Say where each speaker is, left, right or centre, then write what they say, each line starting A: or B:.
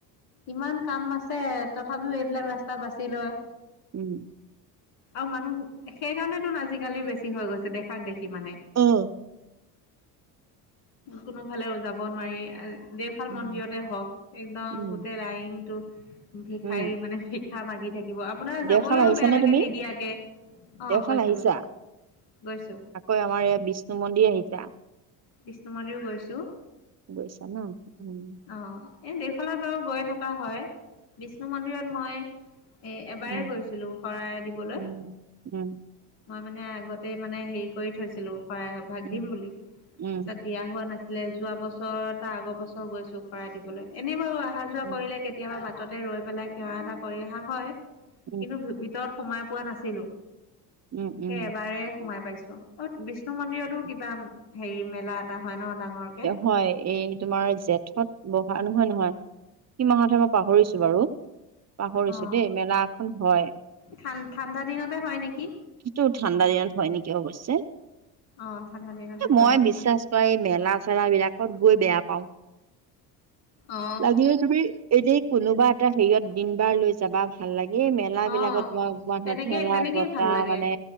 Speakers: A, on the left (about 80°); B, on the right (about 35°).
A: ইমান কাম আছে। তথাপিও এইবিলাক ৰাস্তা বাছি লয়।
B: উম।
A: আৰু মানুহ সেইকাৰণেতো আজিকালি বেছি হৈ গৈছে, দেখাক দেখি মানে। <inaudible>
B: উম।
A: কোনোফালে যাব নোৱাৰি। দেওশাল
B: উম,
A: মন্দিৰতে হওক একদম
B: উম,
A: গোটেই লাইনটো, ভিক্ষাৰী
B: উম,
A: মানে ভিক্ষা মাগি থাকিব। আপোনাৰ যাবলৈও
B: দেওশাল আহিছা
A: বেয়া
B: নে
A: লাগে
B: তুমি?
A: নিদিয়াকে। অ,
B: দেওশাল
A: গৈছো-
B: আহিছা?
A: গৈছো। গৈছো
B: আকৌ আমাৰ ই বিষ্ণু মন্দিৰ আহিছা।
A: বিষ্ণু মন্দিৰও গৈছো।
B: গৈছা ন? উম,
A: অহ। এই দেওশালত বাৰু গৈ থকা হয়। বিষ্ণু মন্দিৰত মই, এ এবাৰেই
B: উম,
A: গৈছিলো শৰাই দিবলৈ।
B: উম, উম,
A: মই মানে আগতে মানে হেৰি কৰি থৈছিলো। শৰাই এভাগ
B: উম,
A: দিম বুলি পিছত
B: উম,
A: দিয়া হোৱা নাছিল। যোৱা বছৰ তাৰ আগৰ বছৰ গৈছো। শৰাই দিবলে এনে বাৰু অহা যোৱা
B: উম,
A: কৰিলে কেতিয়াবা। বাটতে ৰৈ পেলাই সেৱা এটা কৰি অহা হয়।
B: উম,
A: কিন্তু ভিতৰত সোমাই পোৱা নাছিলো।
B: উম,
A: সেই
B: উম,
A: এবাৰে সোমাই পাইছো। অ, বিষ্ণু মন্দিৰতো
B: উম,
A: কিবা হেৰি, মেলা এটা হয় ন। ডাঙৰকে
B: হয় এই তোমাৰ জেঠত বহা নহয় নহয় - কি মাহত হয় মই পাহৰিছো বাৰু। পাহৰিছো
A: অ
B: দেই মেলা এখন হয়।
A: ঠান ঠাণ্ডা দিনতে হয় নেকি
B: কিন্তু ঠাণ্ডা দিনত হয় নিকি। অৱশ্যে,
A: অ ঠাণ্ডা দিনতে হয়
B: মই
A: হবলা
B: বিশ্বাস কৰা, এই মেলা চেলা গৈ বেয়া পাও।
A: অ
B: লাগিলে, তুমি এনেই কোনোবা এটা হেৰিয়ত দিন বাৰ লৈ যাবা ভাল লাগে। এই মেলা
A: অ
B: বিলাকত তোমাৰ মানুহৰ
A: তেনেকেই
B: ঠেলা,
A: তেনেকেই
B: গতা
A: ভাল লাগে
B: মানে